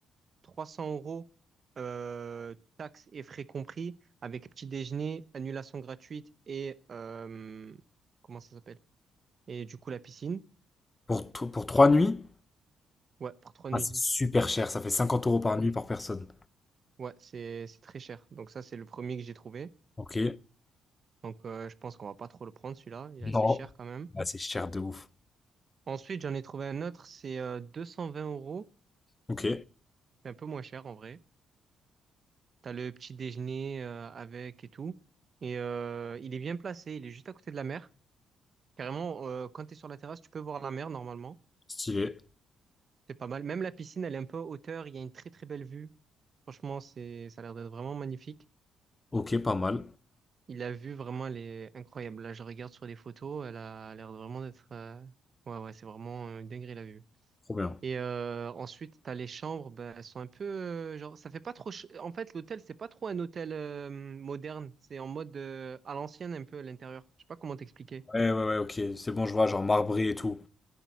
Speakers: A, on the right; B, on the left.
A: 300 euros euh, taxes et frais compris, avec petit déjeuner, annulation gratuite et, euh, comment ça s'appelle? Et du coup, la piscine,
B: Pour, tro- pour trois nuits?
A: ouais, pour trois nuits.
B: Ah, c'est super cher, ça fait 50 euros par nuit par personne.
A: Ouais, c'est c'est très cher. Donc ça, c'est le premier que j'ai trouvé.
B: Ok.
A: Donc euh, je pense qu'on va pas trop le prendre, celui-là. Il est assez
B: Non.
A: cher quand même.
B: Ah, c'est cher de ouf.
A: Ensuite, j'en ai trouvé un autre, c'est euh, 220 euros.
B: Ok,
A: C'est un peu moins cher en vrai. T'as le petit déjeuner euh, avec et tout. Et euh, il est bien placé, il est juste à côté de la mer. Carrément, euh, quand tu es sur la terrasse, tu peux voir la mer normalement.
B: stylé.
A: C'est pas mal. Même la piscine, elle est un peu à hauteur. Il y a une très très belle vue. Franchement, c'est ça a l'air d'être vraiment magnifique.
B: Ok, pas mal.
A: Il a vu vraiment les incroyable. Là, je regarde sur les photos, elle a l'air vraiment d'être. euh, Ouais, ouais, c'est vraiment euh, une dinguerie la vue.
B: Trop bien.
A: Et euh, ensuite, t'as les chambres, ben, elles sont un peu euh, genre, ça fait pas trop. ch- En fait, l'hôtel, c'est pas trop un hôtel euh, moderne. C'est en mode euh, à l'ancienne un peu à l'intérieur. Je sais pas comment t'expliquer.
B: Ouais, ouais, ouais, ok. C'est bon, je vois, genre marbré et tout.